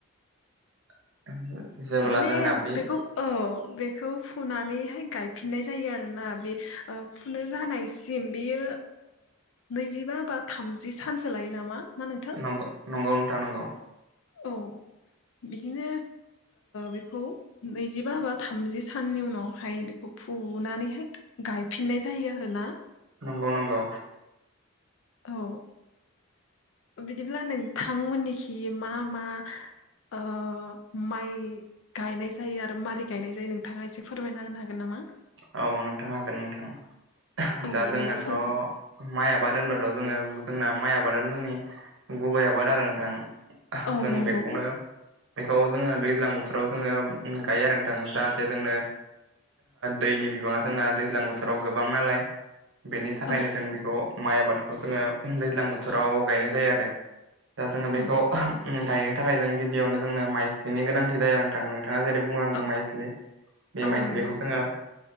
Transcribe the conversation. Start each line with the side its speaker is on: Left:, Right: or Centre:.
Right: <inaudible>
Left: माने
Right: जोंना बे
Left: बेखौ औ बेखौ फुनानैहाय गायफिननाय जायो आरोना बे फुनो जानायसिम बेयो नैजिबा बा थामजि सानसो लायो नामा? ना नोंथां
Right: नंगौ नंगौ नोंथा नंगौ।
Left: औ बिदिनो बेखौ नैजिबा बा थामजि साननि उनावहाय बेखौ फुनानैहाय गायफिननाय जायो आरोना।
Right: नंगौ नंगौ।
Left: औ बिदिब्ला नोंथांमोननिखि मा मा ओ माइ गायनाय जायो आरो मारै गायनाय जायो नोंथाङा एसे फोरमायना होनो हागोन नामा?
Right: औ नोंथां हागोन नोंथां
Left: औ
Right: दा
Left: बिदिब्ला
Right: जोंनाथ'
Left: फोरमाय
Right: माइ आबाद होनब्लाथ' जोङो जोंना माइ आबादानो जोंनि गुबै आबाद आरो नोंथां।
Left: औ
Right: जों
Left: नंगौ
Right: बेखौनो बेखौ जोङो दैज्लां बोथोराव जोङो गायो आरो नोंथां जाहाथे जोंनो दैनि बिबाङा दोंना दैज्लां बोथोराव गोबां नालाय बेनि थाखायनो
Left: औ
Right: जों बेखौ माइ आबादखौ जोङो दैज्लां बोथोराव गायनाय जायो आरो दा जोङो बेखौ
Left: औ
Right: गायनो थाखाय जों गिबियावनो जोंनो माइज्लिनि गोनांथि जाया नोंथाङा नोंथाङा जेरै बुंलांदों
Left: औ
Right: माइज्लि बे
Left: औ
Right: माइज्लिखौ
Left: नंगौ
Right: जोङो